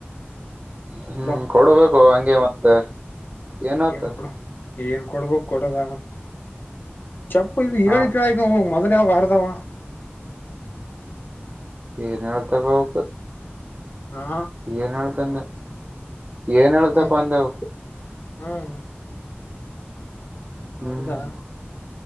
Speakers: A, on the right; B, on the left.
A: ಹ್ಮ್
B: ಅಲೋ
A: ಕೊಡಬೇಕು ಓ ಹಂಗೆ ಮತ್ತೆ ಏನಾತು?
B: ಏನ್ ಕೊಡ ಏನ್ ಕೊಡ್ಬೇಕ್? ಕೊಡದ ಚಪ್ಪಲಿದ್ ಹೇಳಿ
A: ಹಾ
B: ಕೇಳಿ ಹೋಗ್ ಮಜಾ ಇಲ್ಲೇ ಅವ ಅರದಾವ.
A: ಏನ್ ಹೇಳ್ತವ ಅವುಕ
B: ಹಾ
A: ಏನ್ ಹೇಳ್ತಂದೆ? ಏನ್ ಹೇಳ್ತಪ್ಪ
B: ಹ್ಮ
A: ಅಂದೆ ಅವುಕ್?
B: ಹ್ಮ್ ಹೌದಾ?
A: ಹ್ಮ್